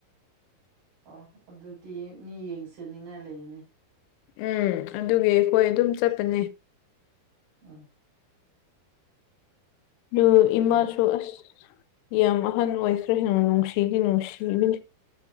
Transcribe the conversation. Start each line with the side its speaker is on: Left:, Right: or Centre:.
Right: ꯑꯣ ꯑꯗꯨꯗꯤ ꯃꯤ ꯌꯦꯡꯁꯅꯤꯡꯉꯥꯏ ꯂꯩꯅꯦ
Left: ꯎꯝ ꯑꯗꯨꯒꯤ ꯑꯩꯈꯣꯏ ꯑꯗꯨꯝ ꯆꯠꯄꯅꯦ
Right: ꯎꯝ
Left: ꯑꯗꯨ ꯏꯃꯥꯁꯨ
Right: ꯑ
Left: ꯑꯁ ꯌꯥꯝ ꯑꯍꯟ ꯑꯣꯏꯈ꯭ꯔꯦ ꯅꯨꯡꯁꯤꯒꯤ ꯅꯨꯡꯁꯤꯕꯅꯤ